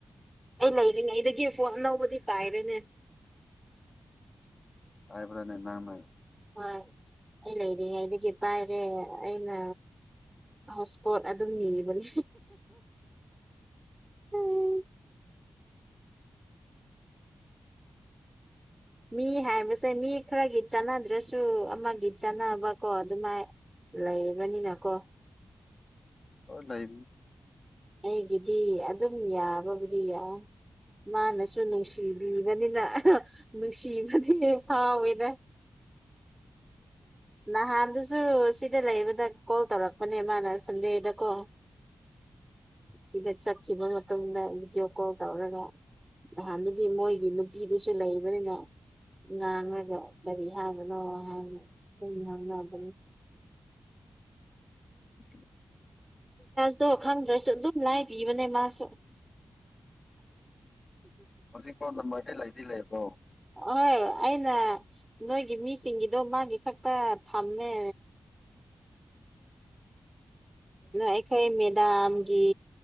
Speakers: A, on the right; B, on the left.
A: ꯑꯩ ꯂꯩꯔꯤꯉ ꯑꯩꯗꯒꯤ ꯐꯣꯟ ꯑꯅꯧꯕꯗꯤ ꯄꯥꯏꯔꯦꯅꯦ
B: ꯍꯥꯏꯕ꯭ꯔꯅꯦ ꯅꯪ ꯅ
A: ꯍꯣꯏ ꯑꯩ ꯂꯩꯔꯤꯉꯩꯗꯒꯤ ꯄꯥꯏꯔꯦ ꯑꯩꯅ ꯍꯣꯠ ꯏꯁꯄꯣꯠ ꯑꯗꯨꯝ ꯅꯤꯕꯅꯤ ꯎꯝ ꯃꯤ ꯍꯥꯏꯕꯁꯦ ꯃꯤ ꯈꯔꯒꯤ ꯆꯥꯟꯅꯗ꯭ꯔꯁꯨ ꯑꯃꯒꯤ ꯆꯥꯟꯅꯕꯀꯣ ꯑꯗꯨꯃꯥꯏ ꯂꯩꯕꯅꯤꯅ ꯀꯣ
B: ꯍ ꯂꯩ
A: ꯑꯩꯒꯤꯗꯤ ꯑꯗꯨꯝ ꯌꯥꯕꯕꯨꯗꯤ ꯌꯥꯏ ꯃꯥꯅꯁꯨ ꯅꯨꯡꯁꯤꯕꯤꯕꯅꯤꯅ ꯅꯨꯡꯁꯤꯕꯗꯤ ꯐꯥꯎꯋꯦꯗ ꯅꯍꯥꯟꯗꯨꯁꯨ ꯁꯤꯗ ꯂꯩꯕꯗ ꯀꯣꯜ ꯇꯧꯔꯛꯄꯅꯦ ꯃꯥꯅ ꯁꯟꯗꯦꯗꯀꯣ ꯁꯤꯗ ꯆꯠꯈꯤꯕ ꯃꯇꯝꯗ ꯚꯤꯗꯤꯑꯣ ꯀꯣꯜ ꯇꯧꯔꯒ ꯅꯍꯥꯟ ꯑꯗꯨꯗꯤ ꯃꯣꯏꯒꯤ ꯅꯨꯄꯤꯗꯨꯁꯨ ꯂꯩꯕꯅꯤꯅ ꯉꯥꯡꯉꯒꯣ ꯀꯔꯤ ꯍꯥꯏꯕꯅꯣ ꯍꯥꯏꯅꯨꯝ ꯉꯪꯅꯕꯅꯤ
B: ꯑ
A: ꯑꯇꯣ ꯈꯪꯗ꯭ꯔꯁꯨ ꯑꯗꯨꯝ ꯂꯥꯏ ꯄꯤꯕꯅꯦ ꯃꯥꯁꯨ
B: ꯍꯧꯖꯤꯛ ꯐꯥꯎ ꯅꯝꯕꯔꯗꯤ ꯂꯩꯗꯤ ꯂꯩꯕ꯭ꯔꯣ
A: ꯑꯍꯣꯏ ꯑꯩꯅ ꯅꯣꯏꯒꯤ ꯃꯤꯁꯤꯡꯒꯤꯗꯣ ꯃꯥꯒꯤ ꯈꯛꯇ ꯊꯝꯃꯦ ꯥꯏꯈ ꯃ ꯃꯦꯗꯥꯝꯒꯤ